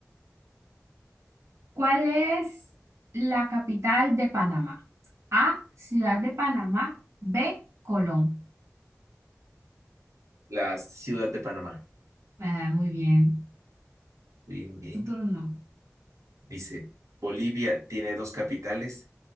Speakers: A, on the right (about 65°); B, on the right (about 80°).
A: ¿Cuál es la capital de Panamá? A, Ciudad de Panamá, B, Colón.
B: La ciudad de Panamá.
A: Ah, muy bien.
B: Bien, bien.
A: Tu turno.
B: Dice, ¿Bolivia tiene dos capitales?